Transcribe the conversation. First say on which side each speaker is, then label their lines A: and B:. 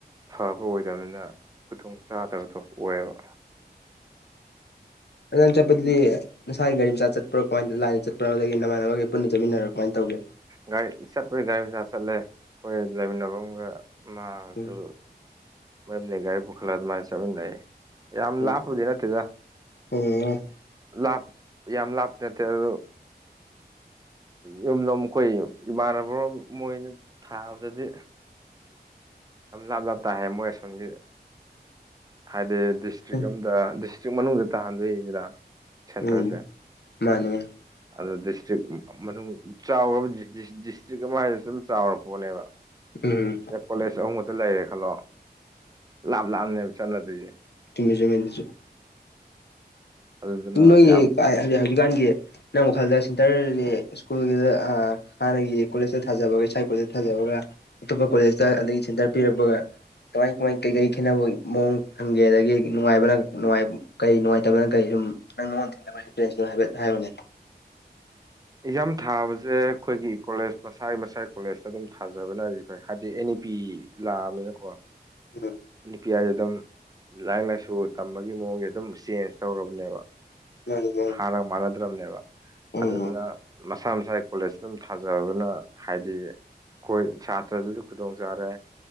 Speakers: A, on the right (about 20°); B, on the left (about 75°).
A: ꯐꯕ ꯑꯣꯏꯗꯕꯅꯤꯅ ꯈꯨꯗꯣꯡ ꯆꯥꯗꯕꯗꯣ ꯑꯣꯏꯌꯦꯕ
B: ꯅꯅ ꯆꯄꯗꯤꯗꯤ ꯅꯁꯥꯒꯤꯒꯥꯔꯤ ꯃꯆꯥ ꯆꯠꯄ꯭ꯔꯣ ꯀꯃꯥꯏꯅ ꯂꯥꯏꯅ ꯆꯠꯄ꯭ꯔꯣ ꯑꯗꯒꯤ ꯅꯃꯥꯟꯅꯕꯈꯒꯤ ꯄꯨꯟꯅ ꯆꯠꯃꯤꯟꯅꯔꯣ ꯀꯃꯥꯏꯅ ꯇꯧꯒꯦ
A: ꯒꯥꯔꯤ ꯆꯠꯄꯩ ꯒꯥꯔꯤ ꯃꯆꯥ ꯆꯠꯂꯦ ꯑꯩꯈꯣꯏ ꯂꯩꯃꯤꯟꯅꯕꯒ ꯃꯥ ꯑꯗꯨ
B: ꯎꯝ
A: ꯃꯣꯏꯨꯝꯗꯒꯤ ꯒꯥꯔꯤ ꯄꯨꯈꯠꯂꯒ ꯑꯗꯨꯃꯥꯏꯅ ꯆꯠꯃꯤꯟꯅꯩ ꯌꯥꯝ
B: ꯎꯝ
A: ꯂꯥꯞꯄꯗꯤ ꯅꯠꯇꯦꯗ
B: ꯎꯝ
A: ꯂꯥꯞ ꯌꯥꯝ ꯂꯥꯞ ꯅꯠꯇꯦ ꯑꯣ ꯌꯨꯝ ꯌꯝ ꯑꯩꯈꯣꯏ ꯏꯃꯥꯟꯅꯕ ꯃꯣꯏꯅ ꯊꯥꯕꯗꯗꯤ ꯌꯥꯝ ꯂꯥꯞ ꯂꯥꯞ ꯇꯥꯏꯍ ꯃꯣꯏ ꯑꯁꯣꯝꯒꯤ ꯍꯥꯏꯗꯤ ꯗꯤꯁꯇ꯭ꯔꯤꯛ
B: ꯎꯝ
A: ꯑꯝꯗꯁ ꯍꯧꯛ ꯃꯅꯨꯡꯗ ꯇꯥꯍꯟꯗꯣꯏꯁꯤꯅ ꯁꯦꯟꯇꯔꯁꯦ
B: ꯎꯝ ꯃꯥꯅꯤ ꯃꯥꯅꯤ
A: ꯑꯗꯣ ꯗꯤꯁꯇ꯭ꯔꯤꯛ ꯃꯅꯨꯡ ꯆꯥꯎꯔꯕ ꯗꯤꯁꯇ꯭ꯔꯤꯛ ꯑꯃ ꯍꯥꯏꯔ ꯁꯝ ꯆꯥꯎꯔꯕ ꯄꯣꯠꯅꯦꯕ
B: ꯎꯝ
A: ꯀꯣꯂꯦꯖ ꯑꯍꯨꯝꯃꯛꯇ ꯂꯩꯔꯦ ꯈꯜꯂꯣ ꯂꯥꯞ ꯂꯥꯞꯅꯦꯕ ꯆꯠꯅꯗꯣꯏꯁꯦ
B: ꯆꯨꯝꯃꯦ ꯆꯨꯝꯃꯦ ꯑꯗꯨꯁꯨ
A: ꯑꯗꯨꯗꯨꯅ
B: ꯅꯣꯏꯒꯤ
A: ꯌꯥꯝ
B: ꯍꯧ ꯍꯧꯖꯤꯛꯀꯥꯟꯒꯤ ꯅꯪ ꯋꯥꯈꯜꯗ ꯁꯦꯟꯇꯔꯁꯤ ꯁ꯭ꯀꯨꯜꯒꯤꯗ ꯍꯥꯟꯅꯒꯤ ꯀꯣꯂꯦꯖꯇ ꯊꯥꯖꯕꯒ ꯏꯁꯥꯏ ꯀꯣꯂꯦꯖꯇ ꯊꯥꯖꯕꯒ ꯑꯇꯣꯞꯄ ꯀꯣꯂꯦꯖꯇ ꯑꯗꯒꯤ ꯁꯦꯟꯇꯔ ꯄꯤꯔꯛꯄꯒ ꯀꯃꯥꯏ ꯀꯃꯥꯏ ꯀꯩꯀꯩ ꯈꯦꯠꯅꯕ ꯃꯑꯣꯡ ꯐꯪꯒꯦ ꯑꯗꯒꯤ ꯅꯨꯡꯉꯥꯏꯕ꯭ꯔꯥ ꯅꯨꯡꯉꯥꯏ ꯀꯔꯤ ꯅꯨꯡꯉꯥꯏꯇꯕ ꯅꯪ ꯀꯔꯤ ꯁꯨꯝ ꯅꯪ ꯅꯉꯣꯟꯗ ꯊꯦꯡꯅꯕ ꯑꯦꯛꯁꯄꯤꯔꯦꯟꯁꯇꯨ ꯍꯥꯏꯐꯦꯠ ꯍꯥꯏꯔꯝꯑꯣꯅꯦ
A: ꯑꯦꯛꯖꯥꯝ ꯊꯥꯕꯁꯦ ꯑꯩꯈꯣꯏꯒꯤ ꯀꯣꯂꯦꯖ ꯃꯁꯥꯒꯤ ꯃꯁꯥꯒꯤ ꯀꯣꯂꯦꯖꯇ ꯑꯗꯨꯝ ꯊꯥꯖꯕꯅꯗꯤ ꯐꯩ ꯍꯥꯏꯗꯤ ꯑꯦꯟ ꯏ ꯄꯤ ꯂꯥꯛꯑꯕꯅꯤꯅꯀꯣ
B: ꯎꯝ
A: ꯅꯨꯄꯤꯌꯥꯁꯦ ꯑꯗꯨꯝ ꯂꯥꯏꯔꯤꯛ ꯂꯥꯏꯁꯨ ꯇꯝꯕꯒꯤ ꯃꯑꯣꯡꯁꯦ ꯑꯗꯨꯝ ꯆꯦꯟꯖ ꯇꯧꯔꯕꯅꯦꯕ
B: ꯃꯥꯅꯤ ꯃꯥꯅꯤ
A: ꯍꯥꯟꯅꯒ ꯃꯥꯟꯅꯗ꯭ꯔꯕꯅꯦꯕ
B: ꯎꯝ
A: ꯑꯗꯨꯗꯨꯅ ꯃꯁꯥ ꯃꯁꯥꯒꯤ ꯀꯣꯂꯦꯖꯇ ꯑꯗꯨꯝ ꯊꯥꯖꯕꯅ ꯍꯥꯏꯗꯤ ꯑꯩꯈꯣꯏ ꯁꯥꯇ꯭ꯔꯗꯨꯁꯨ ꯈꯨꯗꯣꯡ ꯆꯥꯔꯦ